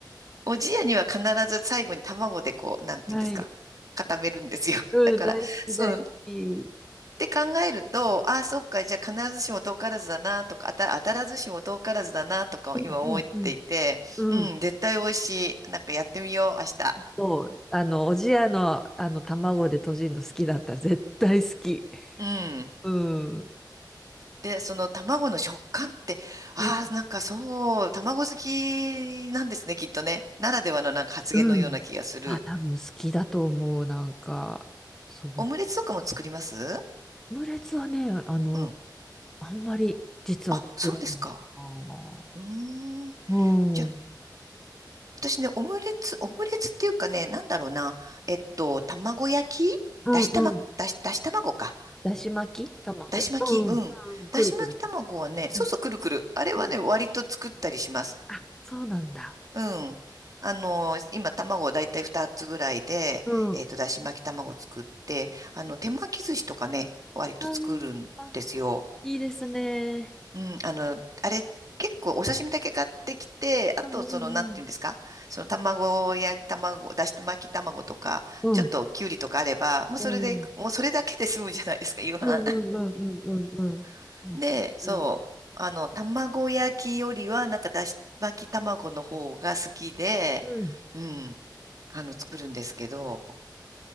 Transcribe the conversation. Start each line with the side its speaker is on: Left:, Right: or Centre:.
Right: おじやには必ず最後に卵でこう、なんていうんですか、
Centre: はい。
Right: 固めるんですよ。
Centre: うん、
Right: だから、
Centre: 大好き、
Right: そう
Centre: 大好き。
Right: って考えると、ああ、そうか、じゃあ必ずしも遠からずだなとか、あた当たらずしも遠からずだなとかを今思っていて、
Centre: うんうんうん。うん。
Right: うん、絶対美味しい。なんかやってみよう、明日。
Centre: そう、あの、おじやの、あの、卵でとじるの好きだった。絶対好き。
Right: <laughs> うん。
Centre: うん。
Right: で、その卵の食感って、ああ、
Centre: うん。
Right: なんかそう、卵好きなんですね、きっとね。ならではのなんか発言のような気がする。
Centre: うん。あ、多分好きだと思う。なんか、すごく。
Right: オムレツとかも作ります
Centre: オムレツはね、あの、
Right: うん。
Centre: あんまり実は作らないかな。
Right: あ、そうですか。うーん。
Centre: うん。
Right: じゃあ
Centre: うん
Right: 私ね、オムレツ、オムレツっていうかね、なんだろうな。えっと、卵焼きだし玉、
Centre: うん。
Right: だし、だし卵か。
Centre: だし巻き卵うん。
Right: だし巻き、うん。
Centre: うん。くるくるする。
Right: だし巻き卵はね、そうそう、
Centre: うん
Right: くるくる。あれはね、
Centre: うん。
Right: 割と作ったりします。
Centre: あ、そうなんだ。
Right: うん。あの、今、卵をだいたい2つぐらいで、
Centre: うん。
Right: えっと、
Centre: うん
Right: だし巻き卵作って、あの、手巻き寿司とかね、割と作るんですよ。
Centre: うん。あー、いいですね。
Right: うん、あの、あれ、結構お刺身だけ買ってきて、あと、
Centre: うんうん
Right: その、なんていうんですか、その卵や卵、だし巻き卵とか、
Centre: うん。
Right: ちょっときゅうりとかあれば、
Centre: うん。
Right: もうそれで、
Centre: うん。
Right: もうそれだけで済むじゃないですか、夕飯。
Centre: うんうんうんうんうんう
Right: <laughs>
Centre: ん。わかる。
Right: で、そう、あの、卵焼きよりは、なんかだし巻き卵の方が好きで、
Centre: うん。
Right: うん、あの、作るんですけど、